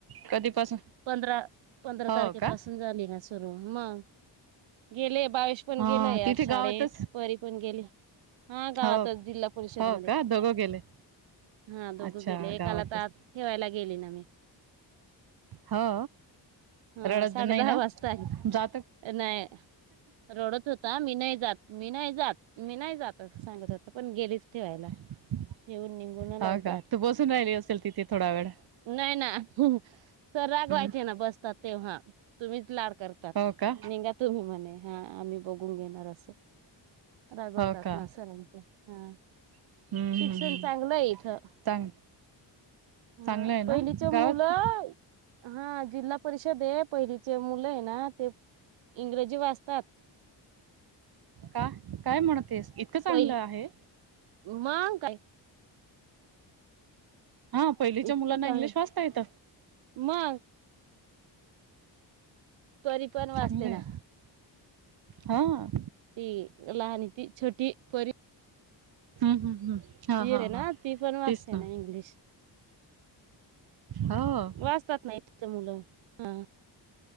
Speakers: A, on the right; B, on the right.
A: कधीपासून
B: पंधरा पंधरा
A: हो
B: तारखेपासून
A: का
B: झाली ना सुरू मग गेले बावीस पण
A: हा
B: गेलाय
A: तिथे
B: शाळेत
A: गावातच
B: परी पण गेली. हा गावतच
A: हो
B: जिल्हा परिषद
A: हो
B: मध्ये.
A: का दोघं गेले
B: हा दोघं
A: अच्छा
B: गेले एकाला
A: गावातच
B: त आत ठेवायला गेले ना मी.
A: हो.
B: हा
A: रडत
B: साडे
A: नाही
B: दहा
A: ना
B: वाजता आ
A: जात
B: नाय. रोडत होता, मी नाही जात, मी नाही जात, मी नाही जात असं सांगत होत पण गेलीच ठेवायला.
A: ह <inaudible>
B: ठेऊन निघून आलास.
A: का तू बसून राहिली असेल तिथे थोडा वेळ
B: नाही ना सर रागवायचे
A: हम्म
B: ना बसतात तेव्हा तुम्हीच लाड करतात
A: हो का
B: निंगा तुम्ही म्हणे हा आम्ही बघून घेईन. अस रागवतात
A: हो का
B: ना सर आनखी हा.
A: हम्म हम्म
B: शिक्षण
A: हम्म
B: चांगलंय इथं.
A: चांग
B: ह
A: चांगलं आहे ना
B: पहिलीच
A: गावात
B: मुलं हा जिल्हा परि षधे पहिलीचे मुलंय ना ते इंग्रजी वाचतात.
A: का काय म्हणतेस इतकं चांगलं
B: पहिली
A: आहे?
B: मग काय?
A: हा पहिलीच्या
B: इतकं
A: मुलांना
B: चांगलं
A: इंग्लिश वाचता येत.
B: मग परिपण वाचते
A: चांगलं आहे
B: ना.
A: हा.
B: ते लहान ती छोटी परी
A: हम्म हम्म हम्म हा
B: आहे
A: हा हा
B: ना ती पण वाचते
A: तेच ना.
B: इंग्लिश
A: हो
B: वाचतात ना ईथच मुलं हा.